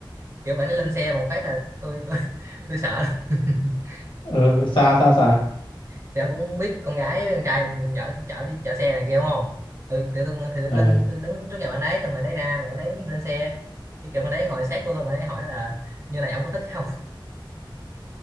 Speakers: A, on the right; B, on the left.
A: kiểu bạn ấy lên xe một phát là tôi tôi <laughs> tôi sợ lắm. <laughs>
B: ờ sao sao sao
A: thì ông cũng biết con gái với con trai mình chở chở đi chở xe này kia đúng không tôi tự dưng thì tôi
B: ờ
A: lên tôi đứng trước nhà bạn đấy xong bạn đấy ra bạn đấy lên xe cái kiểu bạn đấy ngồi sát của tôi bạn ấy hỏi là như này ông có thích không